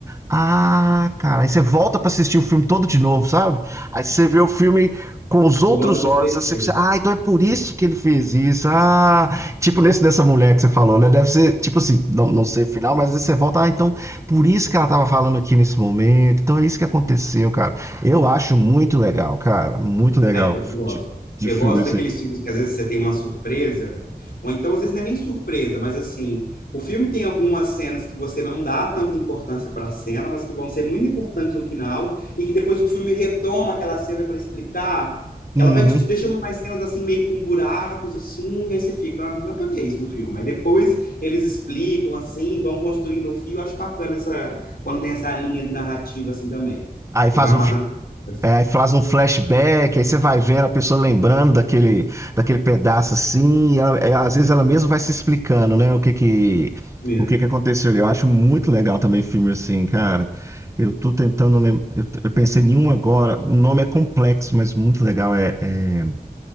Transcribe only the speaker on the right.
Ah, cara, aí você volta pra assistir o filme todo de novo, sabe? Aí você vê o filme com os outros
olhos, assim, você, ah, então é por isso
que ele fez isso. Ah, tipo nesse dessa mulher que você falou, né? Deve ser, tipo assim, não, não sei o final, mas às vezes você volta, ah, então por isso que ela tava falando aqui nesse momento. Então é isso que aconteceu, cara. Eu acho muito legal, cara, muito legal
de, de
filme
assim.
Uhum.
Aí
faz
o,
É, aí faz um flashback, aí você vai vendo a pessoa lembrando daquele, daquele pedaço assim, e ela- é, às vezes ela mesma vai se explicando, né, o que que,
o que que aconteceu ali. Eu acho muito legal também filme assim, cara. Eu tô tentando lembrar, eu, t- eu pensei em um agora, o nome é complexo, mas muito legal, é, é